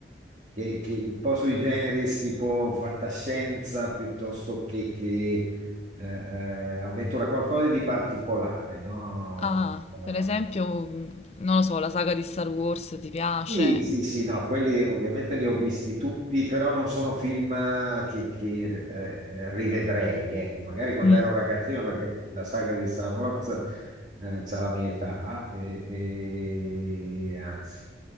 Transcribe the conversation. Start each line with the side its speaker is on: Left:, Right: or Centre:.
Right: che, che un po' sui generis, tipo fantascienza piuttosto che, che, eh, eh, avventura, qualcosa di particolare, no?
Left: Ah,
Right: Eh,
Left: per esempio, mm, non lo so, la saga di Star Wars ti piace?
Right: sì, sì, sì, no, quelli ovviamente li ho visti tutti, però non sono film eh, che, che, eh, eh, rivedrei, ecco, magari quando
Left: Mm,
Right: ero ragazzino, perché la saga di Star Wars eh, c'ha la mia età, e, e- anzi,